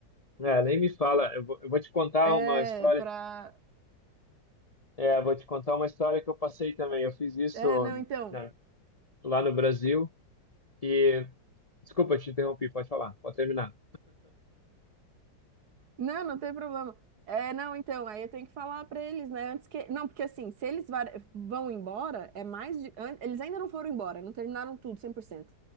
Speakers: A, on the left; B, on the right.
A: É, nem me fala, eu vou, eu vou te contar
B: É,
A: uma história,
B: pra...
A: é, eu vou te contar uma história que eu passei também. Eu fiz isso
B: É, não, então...
A: na- lá no Brasil e, desculpa, eu te interrompi, pode falar, pode terminar.
B: Não, não tem problema. É, não, então, aí eu tenho que falar pra eles, né? Antes que. Não, porque assim, se eles va- vão embora, é mais. de- an- Eles ainda não foram embora, não terminaram tudo 100%.